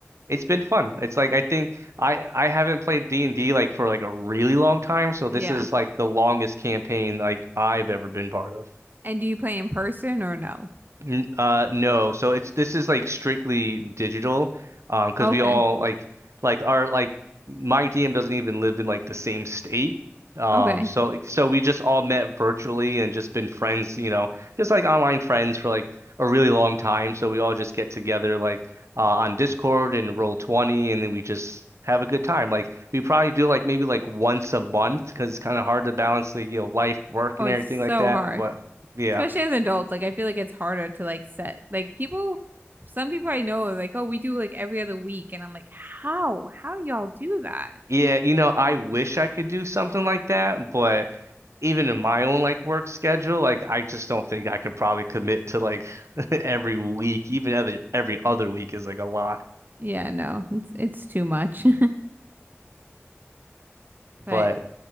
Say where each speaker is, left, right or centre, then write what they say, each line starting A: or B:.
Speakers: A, on the right; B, on the right.
A: it's been fun. It's like I think I I haven't played D&D like for like a really long time, so
B: Yeah.
A: this is like the longest campaign like I've ever been part of.
B: And do you play in person or no?
A: N uh no, so it's this is like strictly digital, um, because
B: Okay.
A: we all like like our like my DM doesn't even live in like the same state, um,
B: Okay.
A: so like so we just all met virtually and just been friends, you know, just like online friends for like a really long time. So we all just get together like uh on Discord and Roll20, and then we just have a good time. Like we probably do like maybe like once a month because it's kind of hard to balance like you know life, work,
B: Oh,
A: and
B: it's
A: everything
B: so
A: like that.
B: hard.
A: But yeah.
B: Especially as adults, like I feel like it's harder to like set like people some people I know are like, "Oh, we do like every other week." And I'm like, "How? How do y'all do that?"
A: Yeah, you know, I wish I could do something like that, but even in my own like work schedule, like I just don't think I could probably commit to like <laughs> every week, even other every other week is like a lot. <laughs>
B: Yeah, no. It's it's too much. <laughs>
A: But
B: But